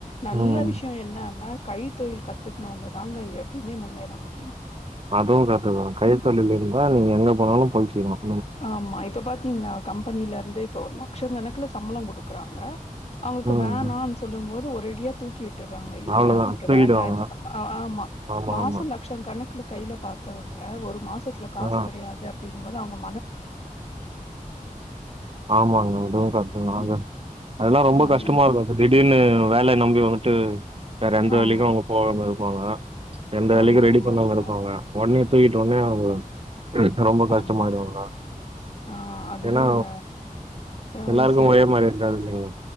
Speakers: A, on the left; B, on the right.
A: நல்ல
B: ம்
A: விஷயம் என்னன்னா கைத்தொழில் கத்துக்கனவங்க தாங்க எப்பயுமே முன்னேற முடியும்
B: அதுவும் கரெட்டுதான் கைத்தொழில இருந்தா தா நீங்க எங்க போனாலும் பொழச்சிக்கலாம்
A: ஆமா இப்ப பாத்தீங்களா கம்பெனில இருந்தே இப்போலாம் லட்ச கணக்குல சம்பளம் குடுக்குறாங்க அவுங்கக்கு
B: ம்
A: வேணான்னு சொல்லும் போது ஒரு ரெடியா தூக்கிவிட் ட்ருங்கா இல்ல
B: அவ்ளோதா
A: நீங்க
B: தூக்கிடுவாங்க
A: வேண்டாம் ஆமா
B: ஆமா
A: மாசம்
B: ஆமா
A: லக்ஷம் கணக்குல கையில பாத்தவங்க ஒரு மாச த்தல காசு
B: ஆ
A: கெடையாது அப்டிங்கும் போது அவுங்க
B: ஆமாங்க அதுவும் கரெக்ட்டு தான் அது
A: ம்.
B: அதெல்லா ரொம்ப
A: ஆ
B: கஷ்டமா
A: இ
B: இருக்கும் திடீர்னு வேலைய நம்பிவங் ட்டு வேற எந்த
A: ஆமா,
B: வேலைக்கும் அவுங்க போகாம பாங்க எந்த
A: ஆமா,
B: வேலைக்கும் ரெடி
A: ஆமாங்க.
B: பண்ணாம இருப்பாங்க ஒடனே தூக்கிட்டன்னே அவுங்க ரொம்ப கஷ்டமாயிடுவாங்க
A: ஆமா. ஆ அதுதாங்க.
B: ஏன்னா
A: அ
B: எல்லாருக்கும்
A: சே
B: ஒரே மாரி இருக்காது இல்லீங்களா